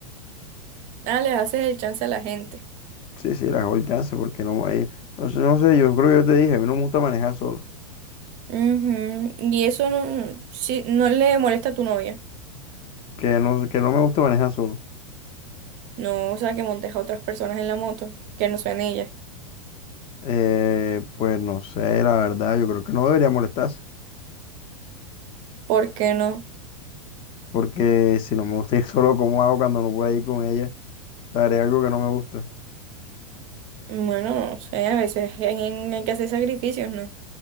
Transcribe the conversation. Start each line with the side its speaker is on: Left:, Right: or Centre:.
Right: Ah, les haces el chance a la gente.
Left: Sí, sí, la hago el chance porque no, hay- no sé, no sé, yo creo que yo te dije, a mí no me gusta manejar solo.
Right: Ujú. Y eso no, sí, no le molesta a tu novia.
Left: que no, que no me gusta manejar solo.
Right: No, o sea, que montes a otras personas en la moto, que no sean ellas.
Left: Eh, pues no sé, la verdad, yo creo que no debería molestarse,
Right: ¿Por qué no?
Left: porque si no me gusta ir <laughs> solo, ¿cómo hago cuando no pueda ir con ella? O sea, haré algo que no me gusta.
Right: Bueno, no sé, a veces hay, hay que hacer sacrificios, ¿no?